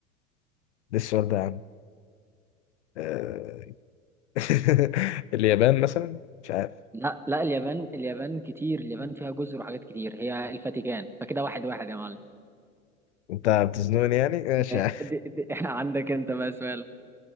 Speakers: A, on the left; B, in the centre.
A: ده السؤال ده يا عم آه... <laughs> اليابان مثلا مش عارف
B: لا لا اليابان اليابان كتير اليابان فيها جزر وحاجات كتير هي الفاتيكان فكده واحد واحد يا معلم
A: انت بتزنقني يعني ماشي
B: ب-
A: يا عم.
B: دي دي <laughs> عندك انت بقى سؤال